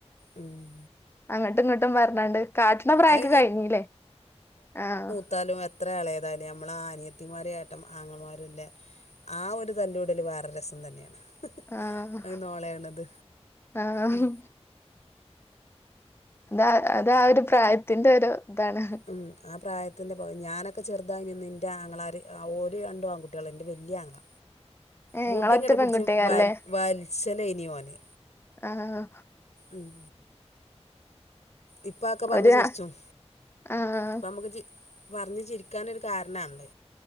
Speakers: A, on the left (about 80°); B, on the left (about 20°).
A: ഉം
B: അങ്ങട്ടും ഇങ്ങോട്ടും പറഞ്ഞാണ്ട് കാട്ടണ പ്രായൊക്കെ
A: അത്
B: കഴിഞ്ഞില്ലേ ആഹ്
A: എത്താലും എത്ര എളയതായാലും നമ്മളെ അനിയത്തിമാരും ഏട്ടൻ ആങ്ങളമാരുല്ലെ ആഹ് ഒരു തല്ലൂടൽ വേറെ രസം തന്നെയാണ്
B: ആഹ്
A: അത് നോളയാണത്
B: ആഹ്
A: ഉം,
B: അത് അതാ ഒരു പ്രായത്തിന്റെ ഒരു ഇതാണ്
A: ഉം ആഹ് പ്രായത്തിൻ്റെ ഞാനൊക്കെ ചെറുതായിനന്ന് എൻ്റെ ആങ്ങളാര് ഓര് രണ്ടും ആൺകുട്ടികളാ എൻ്റെ വലിയ ആങ്ങള
B: ഏഹ്
A: <inaudible> മുടി
B: ഇങ്ങളൊറ്റ
A: ഇങ്ങട്ട്പിടിച്ച്
B: പെൺകുട്ടിയേക്കാരല്ലേ
A: വൽ വലിച്ചലെയ്നി ഓന്
B: ആഹ്
A: ഉം ഇപ്പൊ അതൊക്കെ പറഞ്ഞ്
B: ഒരു
A: ചിറിച്ചും
B: ആഹ് ആഹ്
A: ഇപ്പൊ നമുക്ക് ചി പറഞ്ഞു ചിരിക്കാനൊരു കാരണാ അത്